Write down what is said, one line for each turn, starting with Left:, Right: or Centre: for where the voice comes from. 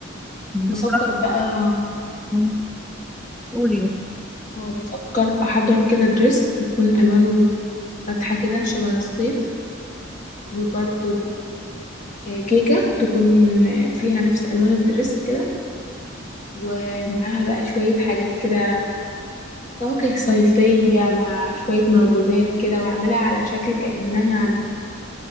Centre: بصراحة
Left: بفكر بقى
Centre: مم. قولي
Left: اه بفكر احضر كده دريس يكون الوانه فاتحه كده شبه الصيف وبرضو آه، كيكه تكون آه، فيها نفس الوان الدريس كده ومعاها بقى شويه حاجات كده فواكه صيفيه مع شويه مخبوزات كده واعملها على شكل كانها